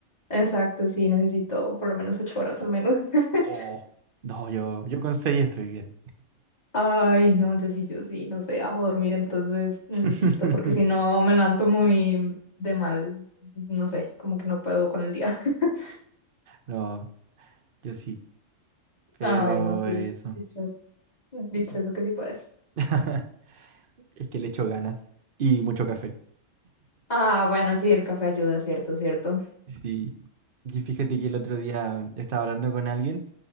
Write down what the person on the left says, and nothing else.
Exacto, sí, necesito por lo menos ocho horas al menos. <laughs>
Ay, no, yo sí, yo sí, no sé, amo dormir, entonces necesito,
porque si no me levanto muy de mal, no sé, como que no puedo con el día. <laughs>
Ay, no, sí,
dichoso, dichoso
que sí puedes.
Ah, bueno, sí, el café ayuda, cierto, cierto.